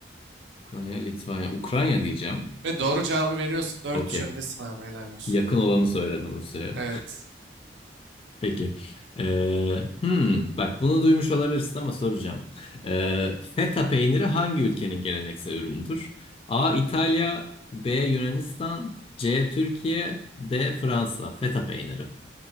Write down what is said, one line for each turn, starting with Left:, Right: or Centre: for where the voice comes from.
Left: Ukrayna, Litvanya, Ukrayna diyeceğim.
Right: Ve doğru cevabı veriyorsun. dört
Left: Okey.
Right: üç öndesin abi helal olsun.
Left: Yakın olanı söyledim Rusya'ya.
Right: Evet.
Left: Peki. Ee, hmm, bak bunu duymuş olabilirsin ama soracağım. Ee, feta peyniri hangi ülkenin geleneksel ürünüdür? A. İtalya B. Yunanistan C. Türkiye D. Fransa. Feta peyniri.